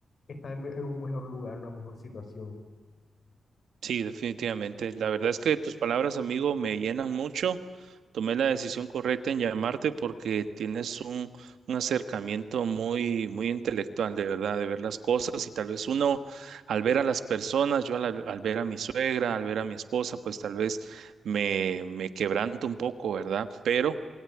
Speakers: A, on the left; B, on the right.
A: está en, en un mejor lugar, una mejor situación.
B: Sí, definitivamente. La verdad es que tus palabras, amigo, me llenan mucho. Tomé la decisión correcta en llamarte porque tienes un, un acercamiento muy, muy intelectual, de verdad, de ver las cosas. Y tal vez uno, al ver a las personas, yo al, al ver a mi suegra, al ver a mi esposa, pues tal vez me, me quebranto un poco, ¿verdad? Pero